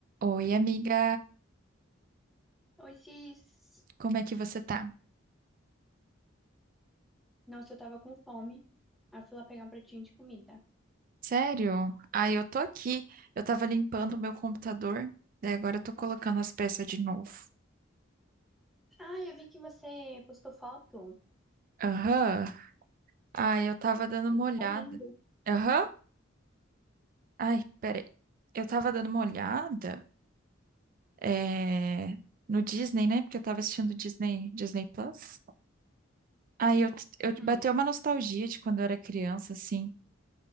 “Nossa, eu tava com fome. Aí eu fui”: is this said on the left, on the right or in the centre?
Centre